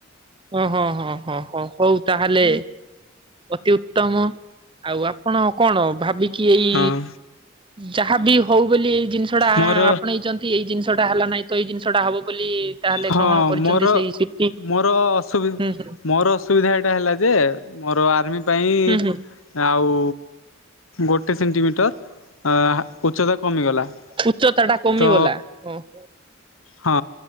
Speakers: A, on the right; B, on the left.
A: ଓ ହଁ ହଁ ହଁ ହୋ ହୋଉ ତାହେଲେ ଅତି ଉତ୍ତମ। ଆଉ ଆପଣ କଣ ଭାବି କି ଏଇ
B: ହଁ
A: ଯାହାବି ହୋଉ ବୋଲି ଏଇ ଜିନିଷ ଟା
B: ମୋର
A: ଆପଣେଇଚନ୍ତି। ଠିକ ଏଇ ଜିନିଷଟା ହେଲା ନାହିଁ ତ ଏଇ ଜିନିଷଟା ହବ ବୋଲି ତାହେଲେ
B: ହଁ
A: କଣ କରିଚନ୍ତି
B: ମୋର
A: ସେଇ ସିଟି।
B: ମୋର ଅଶୁବି
A: ହୁଁ ହୁଁ
B: ମୋର ଅସୁବିଧା ଏଇଟା ହେଲା ଯେ ମୋର ଆର୍ମି ପାଇଁ
A: ହୁଁ ହୁଁ
B: ଆଉ ଗୋଟେ ସେଣ୍ଟିମିଟର ଆ ଉଚ୍ଚତା କମିଗଲା।
A: ଉଚ୍ଚତା ଟା କମିଗଲା
B: ତ
A: <unintelligible>
B: ହଁ